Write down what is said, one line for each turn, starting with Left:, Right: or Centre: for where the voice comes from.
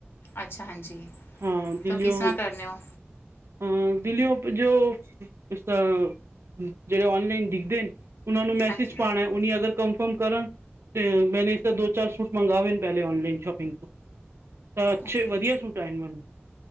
Left: ਅੱਛਾ ਹਾਂਜੀ।
Right: ਹਾਂ, ਦਿੱਲੀਓਂ।
Left: ਤਾਂ ਕਿਸ ਤਰ੍ਹਾਂ ਕਰਨੇ ਹੋ
Right: ਹਾਂ, ਦਿੱਲੀਓ ਜੋ ਜੇੜੇ ਓਨਲਾਈਨ ਦਿਖਦੇ ਨੇ ਉਨਾਂ ਨੂੰ ਮੈਸੇਜ
Left: ਹਾਂਜੀ
Right: ਪਾਣਾ ਓਨੀ ਅਗਰ ਕੰਪ ਤੇ ਮੈਂਨੇ ਇਸ ਤਰਾਂ ਦੋ ਚਾਰ ਸੂਟ ਮੰਗਾਵੇ ਨ ਪੈਲੇ ਔਨਲਾਈਨ ਸ਼ੋਪਿੰਗ ਤੋਂ ਤਾਂ ਅੱਛੇ
Left: ਓਕੇ
Right: ਵਧੀਆ ਸੂਟ ਆਏ ਨ ਮੈਨੂੰ।